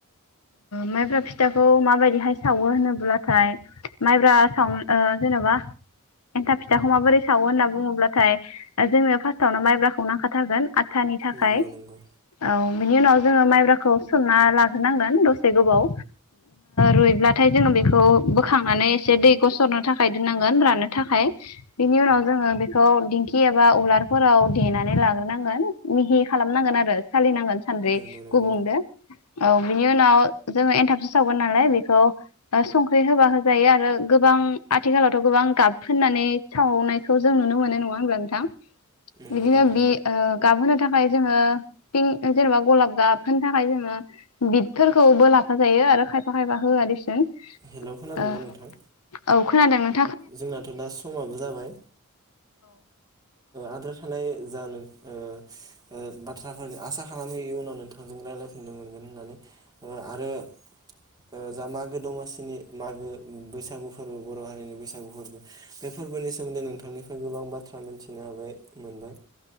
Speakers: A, on the left (about 85°); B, on the right (about 20°).
A: माइब्रा फिथाखौ माबायदिहाय सावो होनोब्लाथाय माइब्रा सावनो ओ जेनेबा एन्थाब फिथाखौ माबोरै सावो होनना बुङोब्लाथाय जोंनो फार्स्टआवनो माइब्राखौ नांखाथारगोन‌। आथानि थाखाय
B: नंगौ नंगौ
A: औ बिनि उनाव जोङो माइब्राखौ सोमना लाग्रोनांगोन दसे गोबाव रुइब्लाथाय जोङो बेखौ बोखांनानै एसे दै गसरनो थाखाय दोननांगोन राननो थाखाय बिनि उनाव जोङो बेखौ दिंखि एबा उलारफोराव देनानै लाग्रोनांगोन मिहि खालामनांगोन आरो सालिनांगोन। सानद्रै
B: नंगौ नंगौ
A: गुबुंदो औ बिनि उनाव जोङो एनथाबस सावगोन नालाय बेखौ संख्रि होबा होजायो आरो गोबां आथिखालावथ' गोबां गाब फोननानै सावनायखौ जों नुनो मोनो नङा हब्ला नोंथां
B: नंगौ
A: बिदिनो
B: नंगौ
A: बि ओ गाबहोनो थाखाय जोङो फिं जेनेबा गलाब गाब होनो थाखाय जोङो बिदफोरखौबो लाफा जायो आरो खायफा खायफा होआ देसुन
B: हेल' खोनादोंना
A: ओ
B: नोंथां?
A: औ खोनादों नों
B: जोंनाथ' दा समाबो जाबाय। आद्रा थानाय जा नों ओ ओ बा थ्राफोर आसा खालामो इयनाव नोंथांजों रायलायफिननो मोनगोन होननानै। आरो ओ जा मागो दमासिनि मागो बैसा सागु फोरबो बर' हारिनि बैसा सागु फोरबो बे फोरबोनि सोमोन्दै नोंथांनिफ्राय गोबां बाथ्रा मिनथि जाबाय मोनबाय